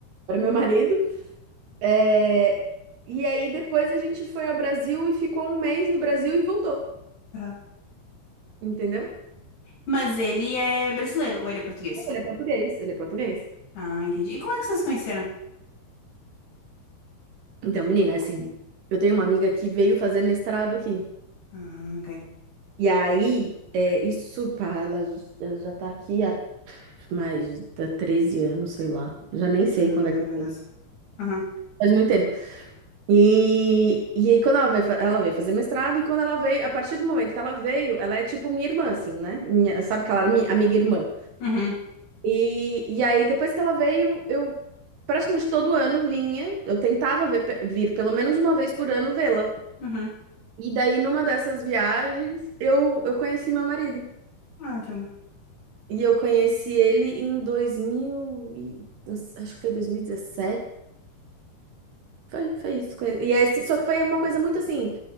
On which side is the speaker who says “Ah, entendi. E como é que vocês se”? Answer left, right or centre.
Left